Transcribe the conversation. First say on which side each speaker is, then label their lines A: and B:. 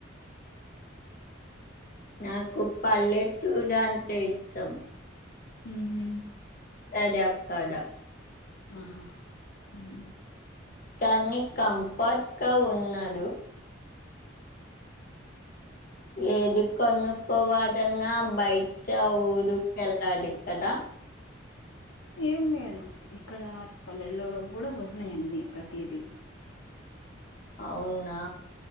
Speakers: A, on the left (about 45°); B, on the left (about 75°).
A: నాకు పల్లెట్టుద్ అంతే ఇత్తం
B: ఉహు
A: యాడ పడ
B: ఆహా ఉహు
A: కాన్ని కంపట్ కా ఉన్నాడు ఏది కోనుకోవదన్నా బైట్కె వోవ్దు ఎలాలి కదా
B: ఏమ్ లేదు ఇక్కడ పల్లెలలో గూడా వస్తున్నాయ్ అన్నీ ప్రతిదీ
A: అవునా